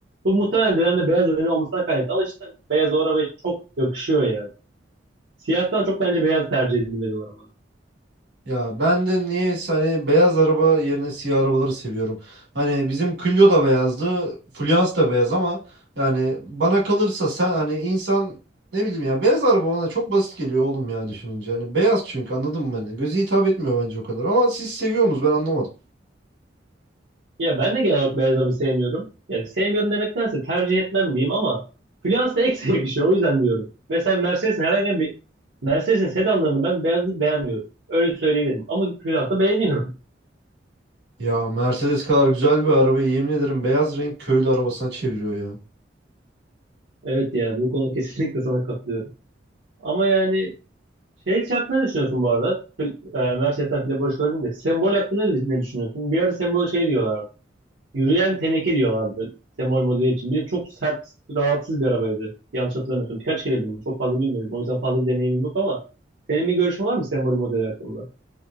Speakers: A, on the right; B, on the right.
A: Bu muhtemelen Dilan'da beyaz Renault olmasına kaynaklı ama cidden beyaz o arabaya çok yakışıyor ya. Siyahtan çok bence beyaz tercih edilmeli o arabada.
B: Ya ben de niye hani beyaz araba yerine siyah arabaları seviyorum. Hani bizim Clio da beyazdı, Fluence da beyaz ama yani bana kalırsa sen hani insan ne bileyim ya beyaz araba bana çok basit geliyor oğlum ya düşününce. Hani beyaz çünkü anladın mı hani? Göze hitap etmiyor bence o kadar ama siz seviyorsunuz ben anlamadım.
A: Ya ben de genel olarak beyaz araba sevmiyorum. Ya sevmiyorum demektense tercih etmem diyeyim ama Fluence da eksi <laughs> yakışıyor. O yüzden diyorum. Mesela Mercedes'in herhangi bir Mercedes'in sedanlarını ben beyazı beğenmiyorum. Öyle söyleyebilirim. Ama Fluence'ı beğeniyorum. <laughs>
B: Ya Mercedes kadar güzel bir arabayı yemin ederim beyaz renk köylü arabasına çeviriyor ya.
A: Evet ya bu konu kesinlikle sana katılıyorum. Ama yani şey hakkında ne düşünüyorsun bu arada? Fil- e, Mercedes'ten Fila Barış Varın da sembol hakkında ne ne düşünüyorsun? Bir ara sembol şey diyorlar. Yürüyen teneke diyorlardı. Semol modeli için. Bir de çok sert, rahatsız bir arabaydı. Yanlış hatırlamıyorsam. Birkaç kere bindim. Çok fazla bilmedim. O yüzden fazla bir deneyimim yok ama senin bir görüşün var mı Sembol modeli hakkında?